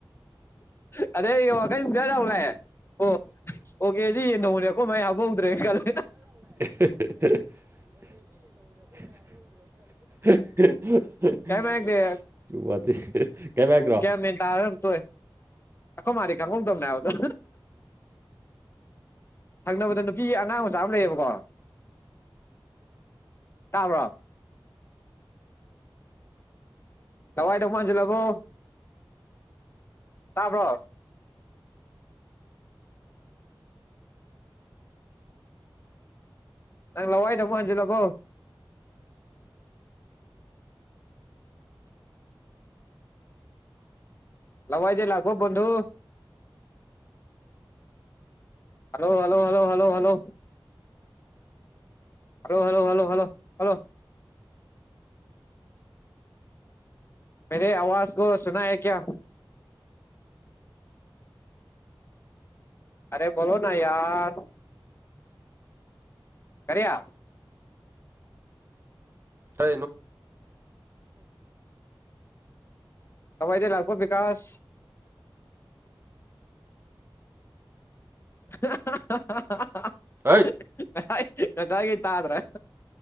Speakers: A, on the left (about 30°); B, on the right (about 30°).
A: ꯑꯗ ꯋꯥ ꯀꯒ ꯂꯂ ꯑꯣ ꯑꯣꯀꯦꯗꯤ ꯌꯦ ꯅꯧꯅꯦ ꯑꯩꯈꯣꯏ ꯃꯥꯏ ꯍꯥꯕ ꯍꯧꯗ꯭ꯔꯦ ꯈꯂꯦ
B: <unintelligible> <unintelligible>
A: ꯀꯩꯝ ꯍꯥꯏꯔꯛꯇꯦ
B: ꯃꯦ ꯀꯦꯃꯦꯒ꯭ꯔꯣ
A: ꯇꯔ ꯇ ꯑꯈꯣ ꯃꯥꯔꯤꯀꯥꯈꯣ ꯊꯅꯗ ꯊꯪꯅꯕꯗ ꯅꯨꯄꯤ ꯑꯉꯥꯡ ꯃꯆꯥ ꯑꯃ ꯂꯩꯌꯦꯕꯀꯣ ꯇꯥꯕꯔꯝ ꯇꯋꯥꯏ ꯇ ꯐꯁꯤꯂꯕꯣ ꯇꯥꯕ꯭ꯔꯣ ꯅꯪꯂ ꯋꯥꯏꯇ ꯐꯟꯖꯂ ꯄꯣ ꯂꯋꯥꯏꯗꯦ ꯂꯥꯛꯒꯣ ꯟꯗꯨꯨ hello hello hello hello hello hello hello hello hello hello ꯃꯦꯦ ꯑꯋꯥꯖ ꯀ ꯁꯅꯥ ꯍꯥꯏ ꯀꯌꯥ ꯑꯔꯦ ꯐꯣꯂꯣ ꯅ ꯌꯥꯔ ꯀꯔꯤꯌꯥ
B: ꯇ
A: ꯑꯋꯥꯥꯏꯗꯤ ꯂꯥꯛꯀꯣ ꯀꯥꯁ <inaudible>
B: ꯍꯩꯠ
A: ꯈꯆꯒꯤ ꯇ ꯑ꯭ꯔ